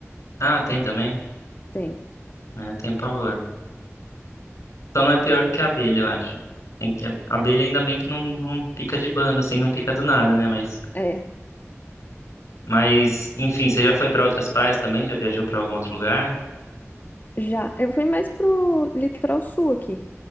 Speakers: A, on the left (about 65°); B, on the left (about 35°).
A: Ah, tem também?
B: Tem.
A: É, eu tenho pavor. Só não é pior do que a abelha, eu acho. Tem que, a abelha ainda bem que não, não pica de bando, assim, não pica do nada, né? Mas.
B: É.
A: Mas, enfim, você já foi para outras praias também? Já viajou para algum outro lugar?
B: Já. Eu fui mais pro litoral sul aqui.